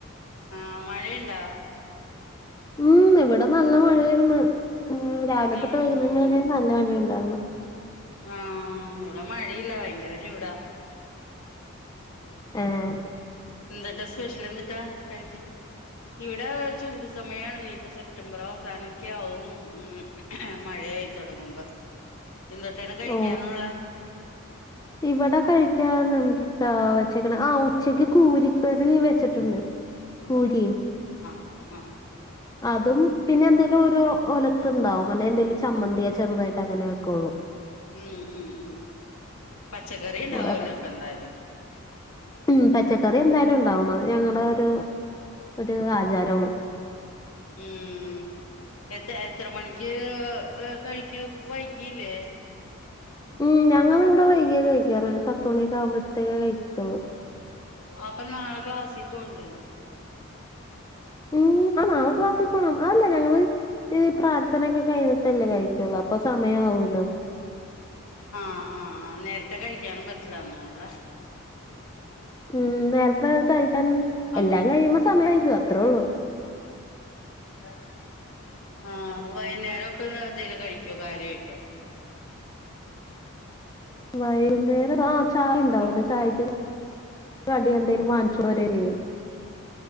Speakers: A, on the left; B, on the left.
A: ആ മഴയുണ്ടാ
B: ഉം ഇവിടെ നല്ല മഴയായ്ര്ന്ന് ഉം രാവിലെത്തൊട്ട്
A: ഉം
B: വൈകുന്ന
A: ഉം
B: നല്ല മഴയിണ്ടായർന്ന്
A: ആഹ് ഇവിടെ മഴയില്ല ഭയങ്കര ചൂടാ
B: ആഹ
A: എന്തട്ടാ സ്പെഷ്യൽ എന്ത്‌ട്ടാ കഴിക്കാൻ ഇവിടെ ചൂട് സമയാണ് ഇനിയിപ്പ സെപ്റ്റംബർ അവസാനൊക്കെ ആവും ഉം മഴ യായി തൊടങ്ങുമ്പോ എന്തോട്ടാണ് കഴിക്കാനുള്ളെ
B: ഓ ഇവിടെ കഴിക്കാന്ന്ത്‌ വച്ചക്കണേ ആ ഉച്ചക്ക് കൂരിക്കറി വെച്ചിട്ടുണ്ട് കൂരിയേ
A: ആ ആ
B: അതും പിന്നെ എന്തേലും ഒരു ഒലത്ത് ഉണ്ടാവും അല്ലെ എന്തേലും ചമ്മന്തിയാ ചെറുതായിട്ട് അങ്ങനെ കോ
A: ഉം ഉ ഉ പച്ചക്കറി ഉണ്ടാവല്ലോ
B: ഇവിടെ
A: അപ്പൊ എന്തായാലും
B: ഉം പച്ചക്കറി എന്തായാലും ഉണ്ടാവും അത് ഞങ്ങളെ ഒരു ഒരു ആചാരവാണ്
A: ഉം എത്ര എത്ര മണിക്ക് കഴിക്കു വൈകില്ലേ
B: ഉം ഞങ്ങള് ഇവിടെ വൈകിയ കഴിക്കാറ ഒരു പത്ത മണിയൊക്കെ ആവുമ്പോഴത്തേക്കേ കഴിക്കുള്ളൂ
A: അപ്പൊ നാളെ ക്ലാസ്സിൽ പോണ്ടേ <inaudible>
B: ഉം ആ നാളെ ക്ലാസിൽ പോണം അതെല്ല ഞങ്ങള് പ്രാർത്ഥനയൊക്കെ കഴിഞ്ഞിട്ടല്ലേ കഴിക്കയുള്ളൂ അപ്പോ സമയാ വല്ലൊ
A: ആഹ് ആഹ് നേരത്തെ കഴിക്കാനും പറ്റില്ല തോന്നണല്ലേ
B: ഉം നേരത്തെ കഴിക്കാൻ
A: അപ്പ
B: എല്ലാം കഴിയുമ്പോ സമയം വൈകും അത്രേ ഉള്ളൂ
A: <inaudible> ആ വൈന്നേരപ്പൊ എന്തേലും കഴിക്കോ കാര്യായിട്ട്
B: വൈകുന്നേരതാ ചായ ഉണ്ടാവല്ലോ
A: വ
B: ചായയ്ക്ക് കടിയെന്തേലും വാനിച്ചരെ ചെയ്യും